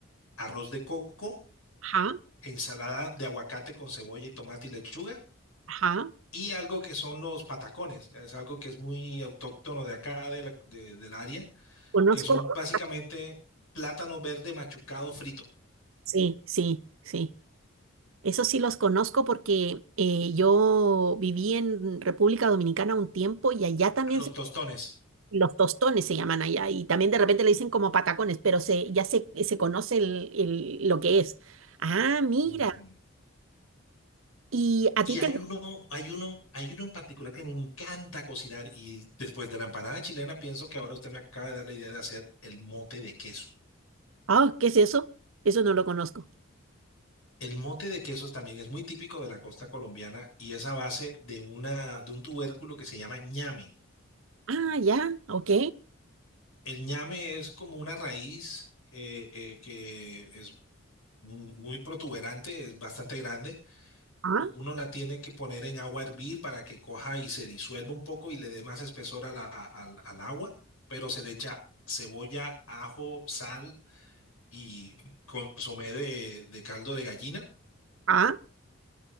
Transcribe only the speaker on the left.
arroz de coco,
ensalada de aguacate con cebolla y tomate y lechuga,
y algo que son los patacones, es algo que es muy autóctono de acá, de la- de- del área,
que son básicamente plátano verde machucado frito,
los tostones.
Ujú.
Y
hay
uno, hay uno, hay uno en particular que me encanta cocinar y después de la empanada chilena pienso que ahora usted me acaba de dar la idea de hacer el mote de queso.
El mote de quesos también es muy típico de la costa colombiana y es a base de una, de un tubérculo que se llama ñame.
El ñame es como una raíz eh, eh, que es mu- muy protuberante, es bastante grande
uno la tiene que poner en agua a hervir para que coja y se disuelva un poco y le dé más espesor a la- al, al agua, pero se le echa cebolla, ajo, sal y consomé de, de caldo de gallina.